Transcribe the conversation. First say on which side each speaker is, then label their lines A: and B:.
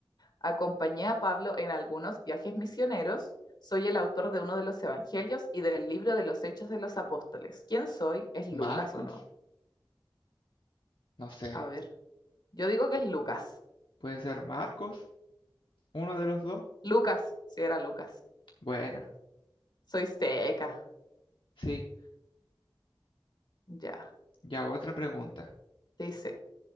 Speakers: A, on the left; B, on the left.
A: Acompañé a Pablo en algunos viajes misioneros. Soy el autor de uno de los evangelios y del libro de los Hechos de los Apóstoles. ¿Quién soy? ¿Es Lucas
B: Marcos,
A: o no?
B: no sé.
A: A ver. Yo digo que es Lucas.
B: Puede ser Marcos, uno de los dos.
A: Lucas, sí era Lucas.
B: Buena,
A: Soy seca.
B: sí.
A: Ya.
B: Ya otra pregunta.
A: Dice,